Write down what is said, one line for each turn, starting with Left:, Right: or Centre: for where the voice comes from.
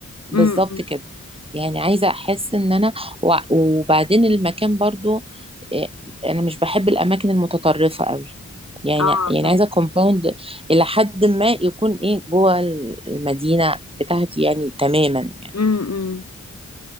Right: بالظبط
Left: امم
Right: كده يعني عايزه احس ان انا وع- وبعدين المكان برضو إيه، انا مش بحب الاماكن المتطرفه قوي يعني
Left: اه
Right: يعني
Left: فاهم
Right: عايزه كومباوند الى حد ما يكون ايه جوه المدينه بتاعتي يعني تماما يعني
Left: امم